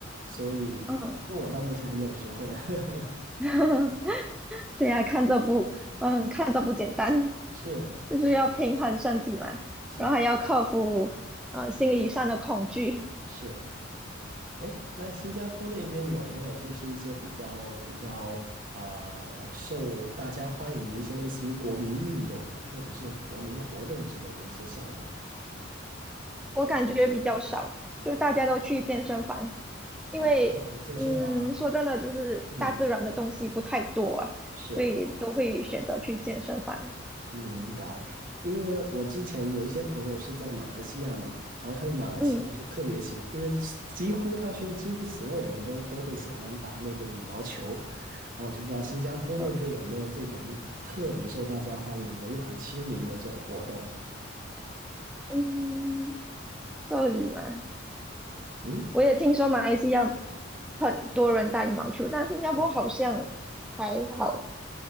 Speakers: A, on the right; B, in the centre.
A: 所以反正我到目前还没有学会了。
B: 嗯，
A: <laughs>
B: <laughs> 对呀，看这不，嗯，看这不简单，
A: 是，
B: 就是要平衡身体嘛，
A: 对，是的，
B: 然后还要克服呃心理上的恐惧，
A: 是。哎，那新加坡那边有没有就是一些比较比较啊、受大家欢迎的一些类似于国民运动或者是国民活动之类的一些项目呀？
B: 我感觉比较少，就大家都去健身房，因为嗯，
A: 啊，嗯，健身房。
B: 说真的，就是大自然的东西不太多啊，
A: 嗯，是，
B: 所以都会选择去健身房，
A: 明白。因为我之前有一些朋友是在马来西亚嘛，然后他们马来西亚就特别喜，
B: 嗯。
A: 因为几乎他说几乎所有人都都会喜欢打那个羽毛球，然后我就不知道新加坡那边有没有这种就特别受大家欢迎的又很亲民的这种活动。
B: 呃嗯，这里嘛，
A: 嗯，
B: 我也听说马来西亚很多人打羽毛球，但新加坡好像还好。
A: 是，